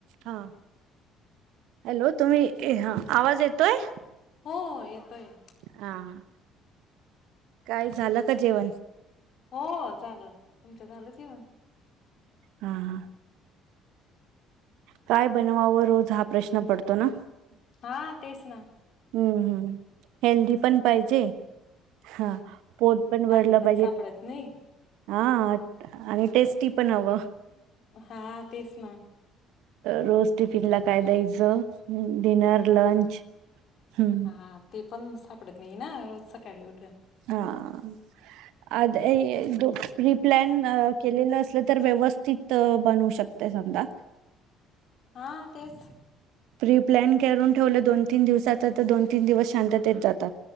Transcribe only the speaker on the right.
हा. हॅलो तुम्ही आवाज येतोय.
हा हा. काय झालं का जेवण?
हां हां. काय बनवावं रोज हा प्रश्न पडतो ना?
हम्म हम्म हेल्दी पण पाहिजे. हा पोट पण
भरलं पाहिजे.
हा आणि टेस्टी पण हवं.
रोज टिफिनला काय द्यायचं, डिनर लंच हम्म
हा रिप्लॅन केलेलं असलं तर व्यवस्थित बनवू शकते समजा,
प्री प्लॅन करून ठेवलं दोन, तीन दिवसाचा तर दोन तीन दिवस शांतत ते जातात